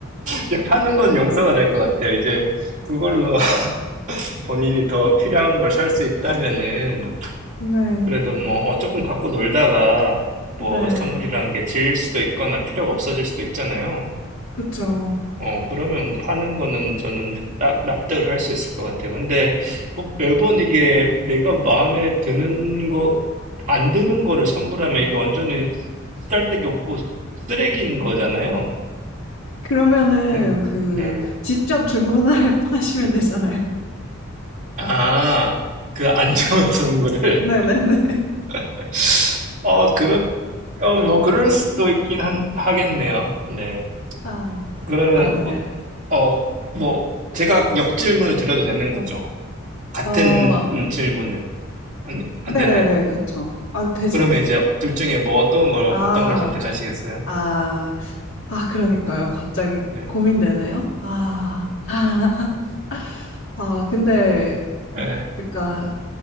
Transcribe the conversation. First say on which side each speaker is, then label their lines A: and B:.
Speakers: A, on the right; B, on the left.
A: 이제 파는 건 용서가 될 것 같아요. 이제 그걸로 <laughs> 본인이 더 필요한 걸 살 수 있다면은
B: 네,
A: 그래도 뭐 어, 조금 갖고 놀다가 뭐
B: 네,
A: 선물이란 게 질릴 수도 있거나 필요가 없어질 수도 있잖아요.
B: 그쵸.
A: 어, 그러면 뭐 파는 거는 저는 납, 납득을 할 수 있을 것 같아요. 근데 뭐 매번 이게 내가 마음에 드는 거, 안 드는 거를 선물하면 이게 완전히 쓸데기 없고 쓰레기인 거잖아요.
B: 그러면은,
A: 그러면,
B: 그,
A: 네.
B: 직접 중고나라에 <laughs> 파시면 되잖아요.
A: 아, 그 안 좋은 선물을.
B: 네네네.
A: <laughs> 어, 그렇, 어, 뭐 그럴 수도 있긴 한, 하겠네요. 네.
B: 아,
A: 그러면,
B: 아, 네.
A: 뭐, 어, 뭐, 제가 역질문을 드려도 되는 거죠. 같은
B: 어,
A: 음, 질문을. 안, 안
B: 네네네,
A: 되나요?
B: 그쵸. 아, 되죠.
A: 그러면 이제 둘 중에 뭐 어떤 걸,
B: 아,
A: 어떤 걸 선택하시겠어요?
B: 아, 아, 그러니까요. 갑자기
A: 네.
B: 고민되네요. 아, <laughs> 아, 아, 근데,
A: 네.
B: 그니까,